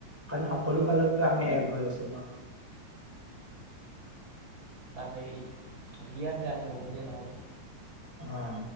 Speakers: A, in the centre; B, on the right.
A: কাৰণ সকলো ফালৰ পৰা আমি এক হৈ আছো ন
B: তাকেই দিয়াতে আজি হ'ব দিয়া নহ'লে
A: অ